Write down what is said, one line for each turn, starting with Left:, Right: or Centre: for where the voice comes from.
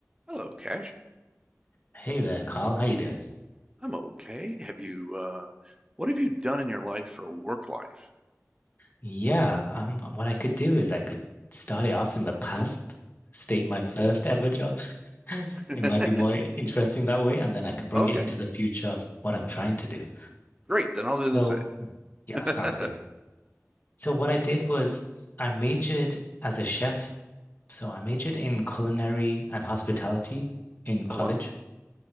Right: Hello, Cash.
Left: Hey there, Carl. How you doing?
Right: I'm okay. Have you, uh, what have you done in your life for work life?
Left: Yeah, um, what I could do is I could start it off in the past, state my first ever job.
Right: Yeah.
Left: It might be
Right: <laughs>
Left: more interesting that way, and then I could bring
Right: Okay.
Left: it into the future of what I'm trying to do.
Right: Great. Then I'll do the
Left: So, Mm.
Right: same.
Left: yeah, sounds good. So what I did was I majored as a chef. So I majored in culinary and hospitality in
Right: <laughs>
Left: college.
Right: Oh, wow.